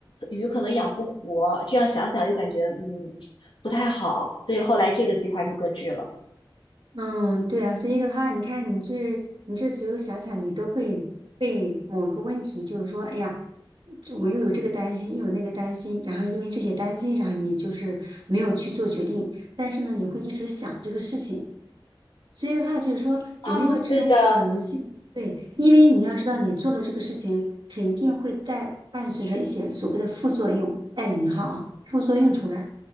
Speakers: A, on the left; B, on the right.
A: 鱼可能养不活。这样想想又感觉嗯不太好，所以后来这个计划就搁置了。
B: 嗯，对啊，所以的话，你看你这你这随后想想，你都会被某个问题，就是说，哎呀，这我又有这个担心，又有那个担心，然后因为这些担心，然后你就是没有去做决定，但是呢，你会一直想这个事情。所以的话，就是说有没有这种可能性？
A: 啊，对的，
B: 对，因为你要知道，你做了这个事情，肯定会带伴随着一些所谓的副作用，带引号啊，副作用出来。